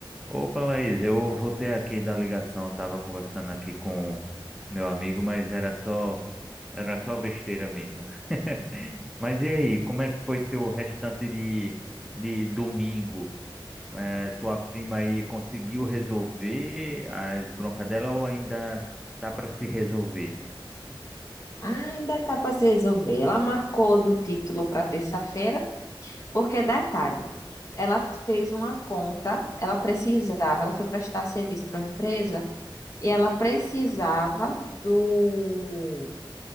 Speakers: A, in the centre; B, on the left (about 35°).
A: Opa, Laís, eu voltei aqui da ligação, tava conversando aqui com meu amigo, mas era só era só besteira mesmo. <laughs> Mas e aí, como é que foi teu restante de, de domingo? Eh, tua prima aí conseguiu resolver as broncas dela ou ainda tá para se resolver?
B: Ah, ainda está para se resolver. Ela marcou do título para terça-feira, porque detalhe, ela fez uma conta, ela precisava, ela foi prestar serviço para uma empresa e ela precisava do,